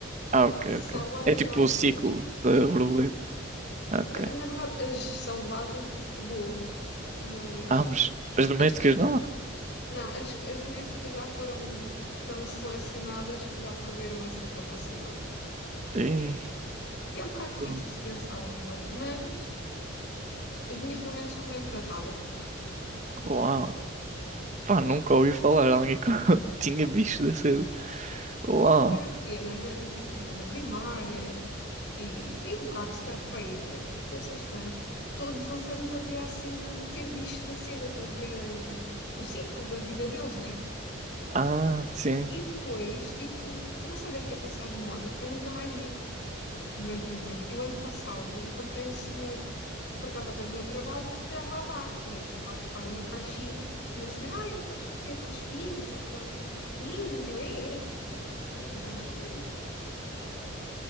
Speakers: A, on the right; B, on the left.
A: Ah,
B: <laughs>
A: ok,
B: Só
A: ok.
B: batem
A: É tipo
B: às
A: o
B: asas.
A: ciclo da borboleta. Ok.
B: Na, na verdade, as selvagens voam, mas
A: Ah, mas as domésticas
B: as que.
A: não?
B: Não, as, que- as domésticas já foram tão selecionadas que já perderam essa capacidade.
A: Ih,
B: O que é um bocado triste
A: fogo.
B: se pensarmos bem, mas as minhas pelo menos são bem tratadas.
A: Uau. Pá, nunca ouvi falar alguém que <laughs> tinha bicho da cedo. Uau.
B: Eu quando era pequena, na- tipo, na primária e, e um bocado se calhar para aí, até, aqui- até o sexto ano, todos os anos havia a cena de ter bichos da seda para ver a- o ciclo da vida deles, né?
A: Ah, sim.
B: E depois, tipo, não sei, deve ter passado de moda. Eu nunca mais vi durante muito tempo. E o ano passado encontrei um senhor, por acaso ao pé do meu trabalho, que estava a dar. E eu fui lá buscar uma caixinha. E o senhor, ah, é para os, é para os filhos ou para, ou para os primos. E eu, é, é, é, sim, senhora, não é nada para mim.